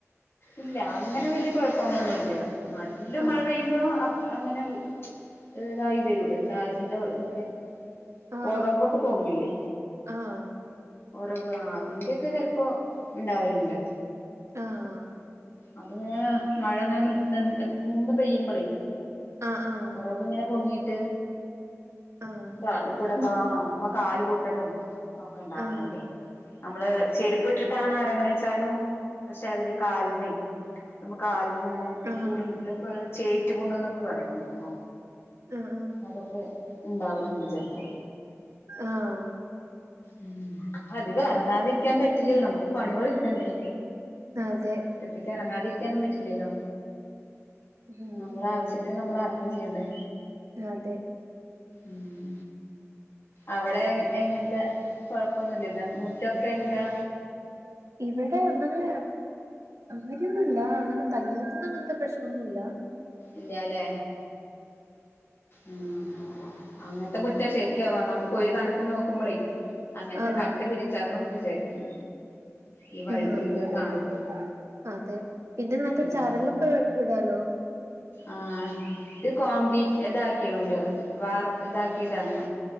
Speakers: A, on the left; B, on the right.
A: ഇല്ല അങ്ങനെ വല്യ കൊഴപ്പങ്ങളൊന്നുല്ല നല്ല
B: ആഹ്
A: മഴ പെയ്യുമ്പോ അങ്ങനെ ഇതായി വരൂല്ലൊ ചാലിന്റെ ഇതൊക്കെ
B: ആഹ്
A: ഒറവൊക്കെ പൊങ്ങില്ലെ
B: ആഹ്
A: ഒറവ് ആഹ് അതിന്റെക്കെ ചെലപ്പൊ ഇണ്ടാവല്ണ്ട്
B: ആഹ്
A: അതിങ്ങനെ മഴങ്ങനെ നി നിന്ന് പെയ്യുമ്പളേ
B: ആഹ് ആഹ്
A: ഒറവിങ്ങനെ പൊങ്ങീട്ട്
B: ആഹ്
A: കാല്കൂടെ ആഹ് ഇപ്പൊ കാല് പൊട്ടലും ഒക്കെ ഇണ്ടാവലുണ്ട്
B: ആഹ്
A: നമ്മള് ചെരുപ്പിട്ടിട്ടാണ് അരങ്ങ്ണേച്ചാലും പക്ഷെ അതില് കാല്മെ നമ്മു കാലിൽ ഇങ്ങനെ
B: ആഹ് ആഹ്
A: ഉളി ഇതൊപ്പ ചേറ്റ്പുണ്ണ്ന്നൊക്കെ പറയും മ്പൊ
B: ആഹ്
A: അതൊക്കെ ഇണ്ടാവലുണ്ട് ചെലപ്പോ
B: ആഹ്
A: ഉം അധികം എറങ്ങാതിരിക്കാൻ പറ്റില്ല നമുക്ക് പണ്യോള് ഇരിക്കണ്ടേ
B: അതെ
A: മുറ്റത്തേക്ക് എറങ്ങാതിരിക്കാനും പറ്റില്ലല്ലോ
B: ഉം
A: നമ്മള ആവശ്യത്തിന് നമ്മള് എറങ്ങും ചെയ്യണ്ടെ
B: അതെ
A: ഉം അവിടെ എങ്ങനത്തെ കൊഴപ്പോന്നുല്ലല്ലൊ മുറ്റൊക്കെ എന്താ
B: ഇവിടെ അങ്ങനെ അങ്ങനെയൊന്നൂല്ല അങ്ങനെ തങ്ങി നിക്കുന്ന അങ്ങനത്തെ പ്രശ്നോന്നുംല്ല
A: ഇല്ല്യാലെ ഉം അങ്ങനത്തെ മുറ്റാ ശരിക്ക്‌ നമുക്ക് ഒരു കണ ക്കിന് നോക്കുമ്പളെ അങ്ങനത്തെ
B: ആഹ്
A: കട്ട വിരിച്ചാലോന്നൊക്കെ വിചാരിക്കും ഈ വഴുക്കലും
B: ആഹ്
A: ഇതൊക്കെ കാണുമ്പോ
B: അതെ പിന്നെ മറ്റേ
A: ഉം
B: ചരലൊക്കെ ഇടാലോ
A: ആഹ് ഇത് കോംക്രീറ്റ് ഇതാക്കിണ് ഓല് വാർ ഇതാക്കീതാണ്